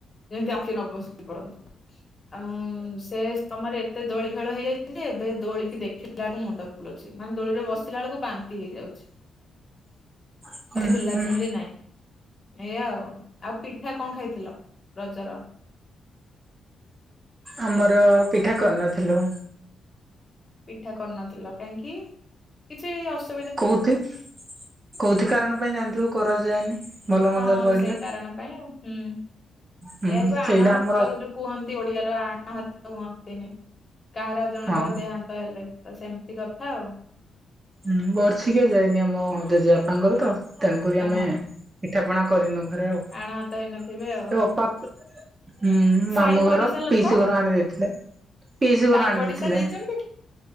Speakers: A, on the left; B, on the right.
A: ଯେମିତି ଆଉ କିଏ ନ ବସି ପଡନ୍ତୁ। ଆଉ ସେ ସମୟରେ ଏତେ ଦୋଳି ଖେଳ ହେଇଯାଇଛି ଯେ ଏବେ ଦୋଳିିକି ଦେଖିଲା ବେଳକୁ ମୁଣ୍ଡ ବୁଲଉଛି ମାନେ ଦୋଳିରେ ବସିଲା ବେଳକୁ ବାନ୍ତି ହେଇଯାଉଛି
B: ହୁଁ
A: ଝୁଲାଝୁଲି
B: ହୁଁ
A: ନାଇଁ ଏଇଆା ଆଉ। ଆଉ ପିଠା କଣ ଖାଇଥିଲ ରଜର?
B: ଆମର ପିଠା କରିନଥିଲୁ।
A: ପିଠା କରିନଥିଲ କାହିଁକି କିଛି ଅସ୍
B: କୋଉଥି କୋଉଥି କାରଣ ପାଇଁ ଜାଣିଥିବ। କରାଯାଏନି। ଭଲ ମନ୍ଦ
A: ହଁ
B: ପଡିଲେ
A: ସେଇ କାରଣ ପାଇଁ ଆଉ। ହୁଁ। ଏୟା
B: ହୁଁ
A: ହେଉଥିବ
B: ସେଇଟା
A: ଆଣ ହାତ
B: ଆମର
A: ଗୁରେ କୁହନ୍ତି ଓଡ଼ିଆରେ। ଆଣ ହାତ ହୁଅନ୍ତିନି। କାହାର ଜଣଙ୍କର
B: ହଁ
A: ଦେହାନ୍ତ ହେଲେ। ତ ସେମିତି କଥା ଆଉ।
B: ହୁଁ ବର୍ଷିକିଆ ଯାଇନି ଆମ ଜେଜେବାପାଙ୍କର ତ। ତେଣୁକରି ଆମେ
A: ହଁ
B: ପିଠା ପଣା କରିନୁ ଘରେ ଆଉ
A: ଆଣ ହାତ ହେଇନଥିବେ ଆଉ
B: ଅପା ହୁଁ ମାମୁଁ
A: ସାହି
B: ଘର
A: ପଡିଶା ଲୋକ
B: ପିଇସି ଘର ଆଣି ଦେଇଥିଲେ। ପିଇସି
A: ସାହି
B: ଘର ଆଣି
A: ପଡିଶା
B: ଦେଇଥିଲେ
A: ଦେଇଛନ୍ତି